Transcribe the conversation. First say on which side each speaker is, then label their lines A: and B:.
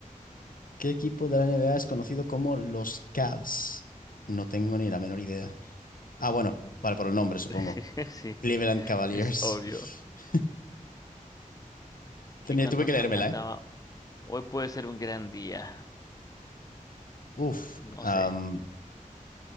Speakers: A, on the left; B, on the left.
A: ¿Qué equipo de la NBA es conocido como los Cavs? No tengo ni la menor idea. Ah, bueno, vale, por el nombre, supongo.
B: <laughs> Sí,
A: Cleveland Cavaliers.
B: es obvio.
A: <laughs> Tenía,
B: ¿Qué cantautor
A: tuve que leérmela,
B: cantaba?
A: ¿eh?
B: Hoy puede ser un gran día.
A: Uf,
B: No
A: am,
B: sé,